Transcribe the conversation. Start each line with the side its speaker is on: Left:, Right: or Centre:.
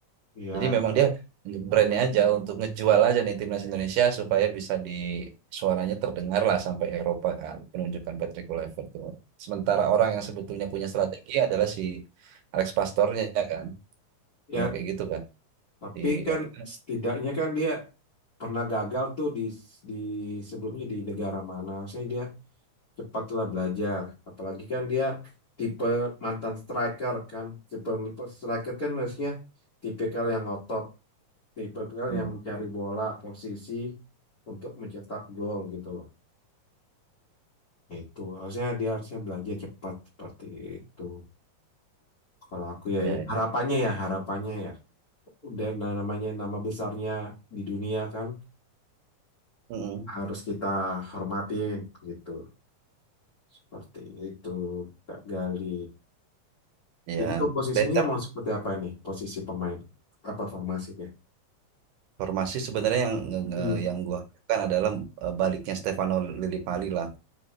Left: ya
Right: Jadi memang dia untuk brandnya aja, untuk ngejual aja nih timnas Indonesia supaya bisa di suaranya terdengar lah sampai Eropa kan penunjukan Patrick Kluivert tuh. Sementara orang yang sebetulnya punya strategi adalah si Alex Pastornya ya kan,
Left: Ya,
Right: sama kayak gitu kan
Left: tapi
Right: di
Left: kan
Right: apa?
Left: setidaknya kan dia pernah gagal tuh di di sebelumnya di negara mana. Saya dia cepatlah belajar. Apalagi kan dia tipe mantan striker kan. Tipe, tipe striker kan harusnya tipikal yang ngotot, tipikal
Right: Hmm,
Left: yang mencari bola posisi untuk mencetak gol gitu loh. Nah, Itu harusnya dia harusnya belajar cepat seperti itu. Kalau aku ya
Right: ya, ya.
Left: harapannya ya harapannya ya. dan na- namanya nama besarnya di dunia kan
Right: Mm-mm.
Left: harus kita hormatin gitu. Seperti itu, Kak Gali.
Right: Ya.
Left: Jadi komposisinya
Right: Dan
Left: mau seperti apa nih? Posisi pemain apa formasinya?
Right: formasi sebenarnya yang nge- nge-
Left: Hmm.
Right: yang gua harapkan adalah eh, baliknya Stefano Lillipali lah.